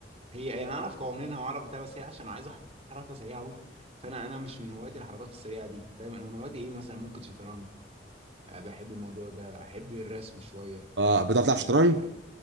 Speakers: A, on the right; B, on the right.
A: هي يعني انا اعرف قوانينها واعرف بتاع بس هي عشان عايزة حركة سريعة قوي فانا انا مش من هواياتي الحركات السريعة دي فاهم انا من هواياتي ايه مثلا ممكن شطرنج آه بحب الموضوع ده احب الرسم شوية
B: اه بتعرف تلعب
A: آه،
B: شطرنج؟